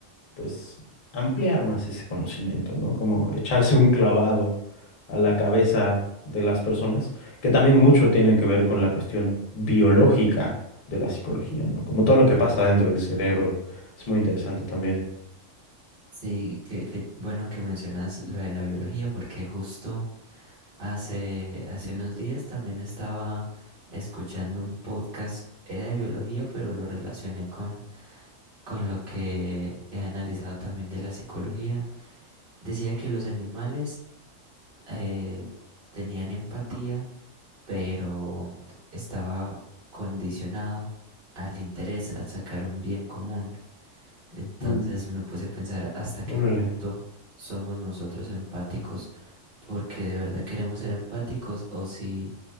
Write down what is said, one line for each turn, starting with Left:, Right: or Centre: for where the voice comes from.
Left: pues, ampliar más ese conocimiento, ¿no? Como echarse un clavado a la cabeza de las personas, que también mucho tiene que ver con la cuestión biológica de la psicología, ¿no? Como todo lo que pasa dentro del cerebro, es muy interesante también.
Right: Sí, que, que bueno que mencionas lo de la biología, porque justo hace, hace unos días también estaba escuchando un podcast, era de biología, pero lo relacioné con, con lo que he analizado también de la psicología. Decía que los animales eh, tenían empatía, pero estaba condicionado al interés, al sacar un bien común. Entonces
Left: Mm.
Right: me puse a pensar hasta qué
Left: Órale.
Right: punto somos nosotros empáticos, porque de verdad queremos ser empáticos o si,